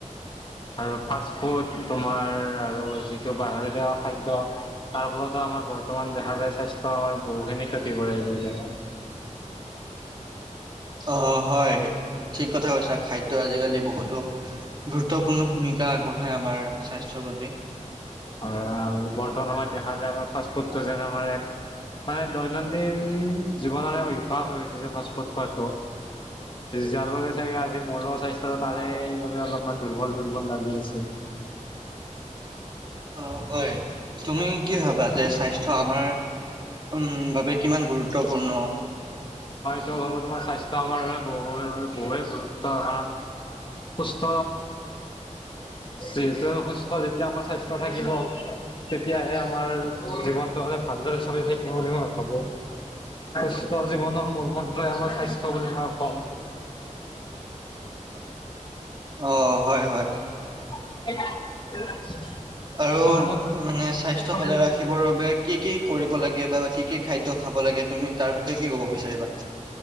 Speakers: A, on the left; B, on the right.
A: আৰু- ফাষ্টফুড তোমাৰ আৰু যিটো বাহেৰিয়া খাদ্য তাৰ ফলতো আমাৰ বৰ্তমান দেখা যায় স্বাস্থ্য আমাৰ বহুখিনি ক্ষতি কৰে এইবোৰে।
B: অঁহ হয় ঠিক কথা কৈছা। খাদ্য আজিকালি বহুতো গুৰুত্বপূৰ্ণ ভূমিকা আগবঢ়ায় আমাৰ স্বাস্থ্যৰ প্ৰতি।
A: হয়। বৰ্তমান আমাৰ দেখা যায় আমাৰ ফাষ্টফুড যেন আমাৰ মানে- দৈনন্দিন জীৱন অভ্যাস হৈ উঠিছে ফাষ্টফুড খোৱাাতটো যাৰ বাবে চাগে আজি মোৰো স্বাস্থ্যতাৰে বাবে অলপমান দুৰ্বল দুৰ্বল লাগি আছে।
B: অ', হয়। তুমি কি ভাবা যে স্বাস্থ্য আমাৰ- উম বাবে কিমান গুৰুত্বপূৰ্ণ?
A: টো ভাবো তোমাৰ স্বাস্থ্য আমাৰ বাবে ব বহু গুৰুত্ব কাৰণ সুস্থ যিহেতু সুস্থ যেতিয়া আমাৰ স্বাস্থ্য থাকিব তেতিয়াহে আমাৰ জীৱনটো মানে ভালদৰে চলি থাকব- বুলি মই ভাবো। সুস্থ জীৱনৰ মূল-মন্তই আমাৰ স্বাস্থ্য বুলি মই ক'ম।
B: অ, হয় হয়।
A: <inaudible>
B: আৰু
A: তোমাৰ মতে
B: মানে স্বাস্থ্য
A: মই
B: ভালে ৰাখিবৰ বাবে কি কি কৰিব লাগে বা কি কি খাদ্য খাব লাগে, তুমি তাৰ তুমি কি ক'ব বিচাৰিবা?